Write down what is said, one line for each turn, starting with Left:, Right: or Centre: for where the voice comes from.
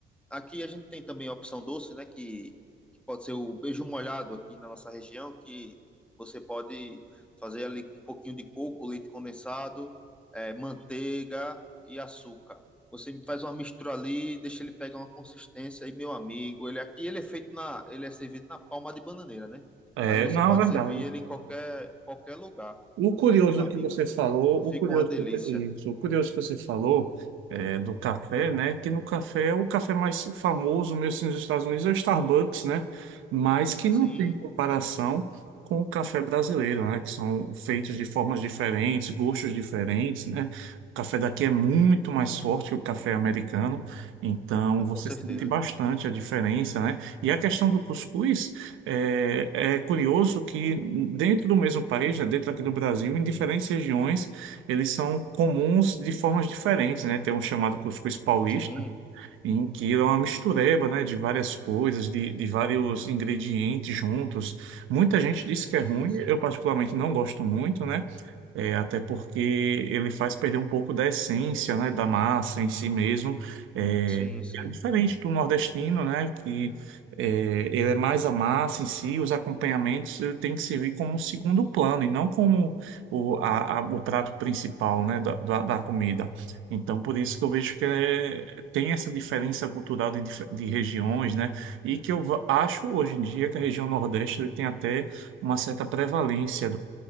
Centre: Aqui a gente tem também a opção doce, né? Que, que pode ser o beijo molhado aqui na nossa região, que você pode fazer ali com um pouquinho de coco, leite condensado, eh, manteiga e açúcar. Você faz uma mistura ali, deixa ele pegar uma consistência e meu amigo, ele aqui ele é feito na, ele é servido na palma de bananeira, né?
Right: É,
Centre: Mas você
Right: não,
Centre: pode
Right: é verdade.
Centre: servir ele em qualquer qualquer lugar.
Right: O curioso
Centre: É, meu amigo,
Right: que você
Centre: f-
Right: falou,
Centre: fica
Right: o curioso
Centre: uma delícia.
Right: que você, isso, o curioso que você falou é, do café, né? Que no café, é o café mais famoso mesmo assim, nos Estados Unidos é o Starbucks, né? Mas que
Centre: Sim,
Right: não tem comparação com o café brasileiro, né? Que são feitos de formas diferentes, gostos diferentes, né? O café daqui é muito mais forte que o café americano, então você
Centre: com certeza.
Right: sente bastante a diferença, né? E a questão do cuscuz. É, é curioso que dentro do mesmo país, né, dentro aqui do Brasil, em diferentes regiões, eles são comuns de formas diferentes, né? Tem um chamado cuscuz paulista,
Centre: Sim,
Right: em que é uma mistureba, né, de várias coisas, de, de vários ingredientes juntos. Muita gente diz que é ruim,
Centre: sim, sim,
Right: eu particularmente não gosto muito, né? É, até porque ele faz perder um pouco da essência, né, da massa em si mesmo. É,
Centre: sim, sim.
Right: é diferente do nordestino, né, que é, ele é mais a massa em si, os acompanhamentos ele tem que servir como segundo plano e não como o, a- a- o prato principal, né, da, da- da comida. Então, por isso que eu vejo que é- tem essa diferença cultural de, dif- de regiões, né, e que eu va- acho hoje em dia que a região nordeste ele tem até uma certa prevalência